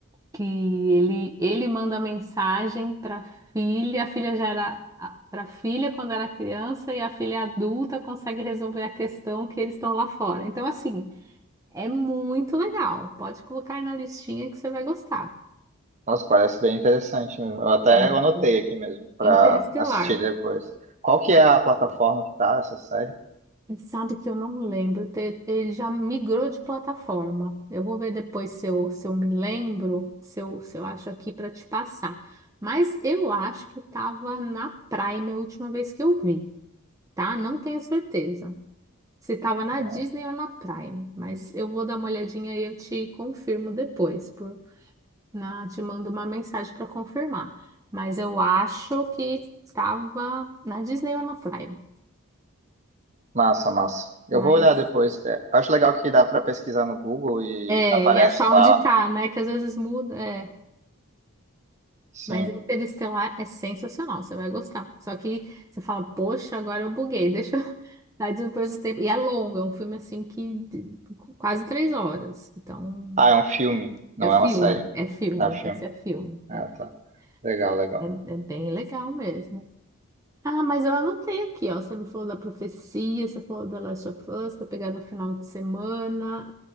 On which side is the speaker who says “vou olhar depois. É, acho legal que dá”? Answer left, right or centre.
Right